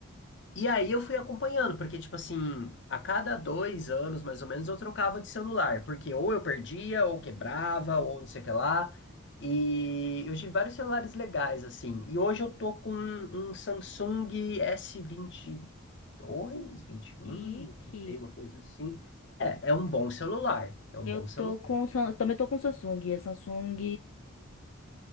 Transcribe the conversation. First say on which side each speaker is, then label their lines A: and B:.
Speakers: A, on the left (about 55°); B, on the left (about 75°).
A: e aí eu fui acompanhando, porque, tipo assim, a cada dois anos, mais ou menos, eu trocava de celular, porque ou eu perdia, ou quebrava, ou não sei o que lá. E eu tive vários celulares legais, assim. E hoje eu tô com um um Samsung S22, vinte e dois vinte e
B: Chique.
A: um sei, uma coisa assim. É, é um bom celular. É um
B: Eu
A: bom
B: tô
A: celular.
B: com. Sam- Também tô com Samsung. É Samsung.